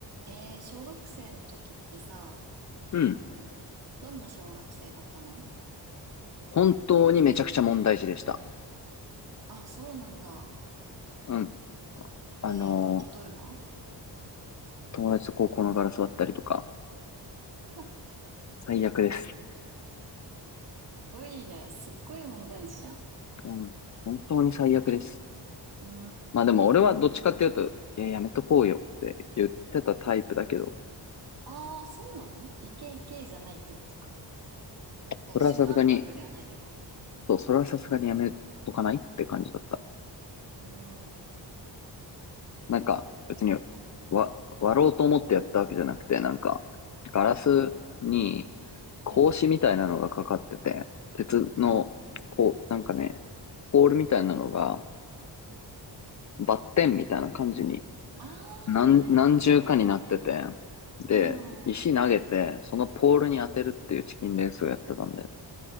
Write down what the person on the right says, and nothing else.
えー、小学生の時ってさ、
どんな小学生だったの
あ、そうなんだ。
えー、例えば
すっ
ごいね。すっごい問題児じゃん。
うー
ん。
ああ、そうなのイケイケじゃないってことか。その主犯格ではないってこと。
うーん。
なるほどね。
うん。
うん。
うん。うん
ああ、
はいはいはい。
ああ。